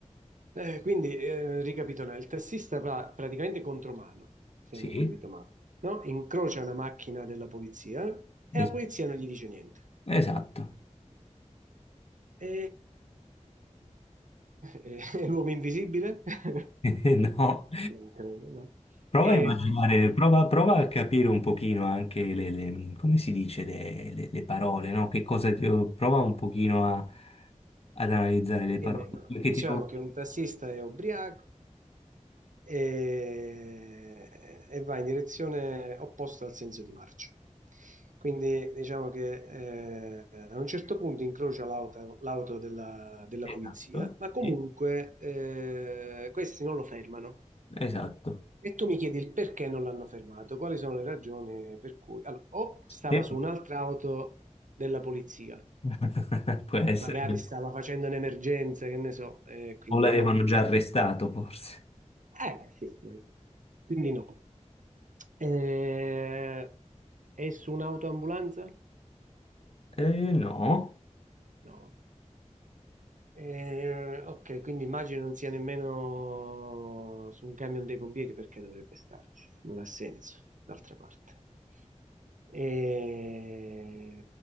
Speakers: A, on the right (about 85°); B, on the left (about 50°).
A: Eh, quindi, eh, ricapitolando, il tassista pra- praticamente contromano, se
B: Sì,
A: non ho capito male, no? Incrocia una macchina della polizia e
B: es-
A: la polizia non gli dice niente.
B: esatto.
A: E, e- <laughs> e l'uomo invisibile? <laughs>
B: <laughs> No.
A: Non credo, no?
B: Prova
A: E,
B: a immaginare, prova, prova a capire un pochino anche le, le- come si dice, le, le- le parole, no? Che cosa ti- prova un pochino a- ad analizzare le
A: Quindi
B: parole.
A: ecco,
B: Perché
A: diciamo
B: ti do...
A: che un tassista è ubriaco e, e va in direzione opposta al senso di marcia. Quindi diciamo che eh, a un certo punto incrocia l'auto l'auto della, della
B: Esatto,
A: polizia, ma comunque
B: sì,
A: eh, questi non lo fermano.
B: esatto.
A: E tu mi chiedi il perché non l'hanno fermato, quali sono le ragioni per cui... Allora, o stava
B: Sì.
A: su un'altra auto della polizia,
B: <laughs> Può essere
A: magari
B: che
A: stava facendo un'emergenza, che ne so, eh, quindi
B: o l'avevano
A: no.
B: già arrestato, forse.
A: Eh, sì, magari. quindi no. Eh, è su un'autoambulanza?
B: Eh, no.
A: No. Eh, ok, quindi immagino non sia nemmeno su un camion dei pompieri perché dovrebbe starci, non ha senso, d'altra parte. E,